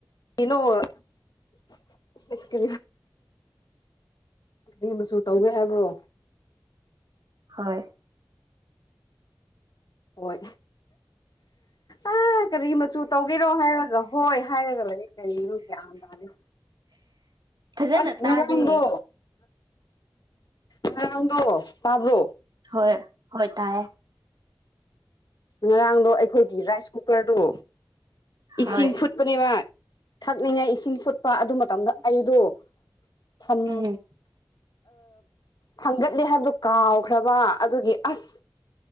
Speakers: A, on the left; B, on the right.
A: ꯏꯩꯅꯣꯀꯤ ꯃꯤ ꯃꯆꯨ ꯇꯧꯒꯦ ꯍꯥꯏꯕ꯭ꯔꯣ
B: ꯍꯣꯏ
A: ꯍꯣꯏ ꯑ ꯀꯔꯤ ꯃꯆꯨ ꯇꯧꯒꯦꯔꯣ ꯍꯥꯏꯔꯒ ꯍꯣꯏ ꯍꯥꯏꯔꯒ ꯂꯩ ꯀꯔꯤꯅꯣ ꯒ꯭ꯌꯥꯟ ꯇꯥꯅꯤ
B: ꯐꯖꯅ
A: ꯑꯁ ꯉꯔꯝꯗꯣ
B: ꯇꯥꯗꯦ
A: ꯉꯔꯥꯡꯗꯣ ꯇꯥꯕ꯭ꯔꯣ
B: ꯍꯣꯏ ꯍꯣꯏ ꯇꯦ
A: ꯉꯔꯥꯡꯗꯣ ꯑꯩꯈꯣꯏꯒꯤ ꯔꯥꯏꯁ ꯀ ꯀꯨꯀꯔꯗꯨ ꯏꯁꯤꯡ
B: ꯍꯣꯏ
A: ꯐꯨꯠꯄꯅꯦꯕ ꯊꯛꯅꯤꯡꯉꯥꯏ ꯏꯁꯤꯡ ꯐꯨꯠꯄ ꯑꯗꯨ ꯃꯇꯝꯗ ꯑꯩꯗꯣ ꯐꯟ
B: ꯎꯝ
A: ꯊꯥꯡꯒꯠꯂꯦ ꯍꯥꯏꯕꯗꯨꯣ ꯀꯥꯎꯈ꯭ꯔꯕ ꯑꯗꯨꯒꯤ ꯑꯁ